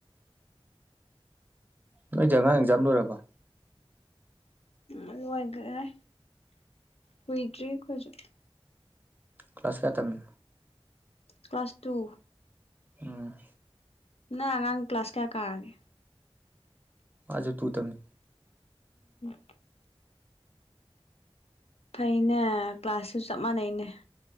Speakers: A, on the right (about 20°); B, on the left (about 80°).
A: ꯅꯣꯏꯁꯦ ꯑꯉꯥꯡ ꯑꯦꯛꯖꯥꯝ ꯂꯣꯏꯔꯕ
B: ꯎ ꯂꯣꯏꯈꯔꯦ ꯀꯨꯏꯗ꯭ꯔꯤ ꯑꯩꯈꯣꯏꯁꯨ
A: ꯀ꯭ꯂꯥꯁ ꯀꯦ ꯇꯃꯤ
B: ꯀ꯭ꯂꯥꯁ ꯇꯨ
A: ꯎꯝ
B: ꯅꯪ ꯑꯉꯥꯡ ꯀ꯭ꯂꯥꯁ ꯀꯌꯥ ꯀꯛꯑꯒꯦ
A: ꯑꯥꯖꯣ ꯇꯨ ꯇꯅꯤ
B: ꯎꯝ ꯐꯅꯦ ꯀ꯭ꯂꯥꯁꯁꯨꯁꯨ ꯆꯞ ꯃꯥꯟꯅꯩꯅꯦ